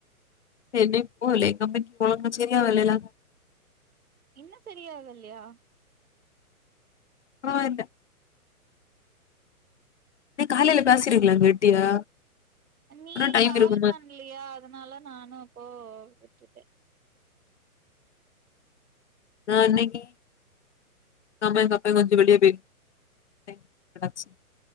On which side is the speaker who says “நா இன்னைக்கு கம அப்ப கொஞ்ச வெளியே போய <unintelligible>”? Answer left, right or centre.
Left